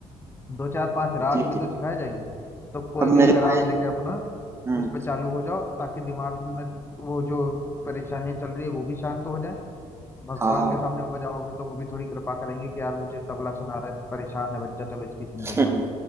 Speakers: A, on the left; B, on the right.
A: दो चार पांच राग
B: जी
A: भी
B: जी
A: तो सिखाए जाएंगे तो कोई
B: अब
A: भी
B: मेरे
A: एक
B: भाई
A: राग लेके अपना
B: हम्म
A: उस पर चालू हो जाओ ताकि दिमाग में वो जो परेशानियां चल रही है वो भी शांत हो जाए भगवान
B: हाँ हाँ
A: के सामने बजाओगे तो वो भी थोड़ी कृपा करेंगे कि यार मुझे तबला सुना रहा है परेशान है बच्चा चलो इसकी सुन
B: हम्म,
A: लेता हूँ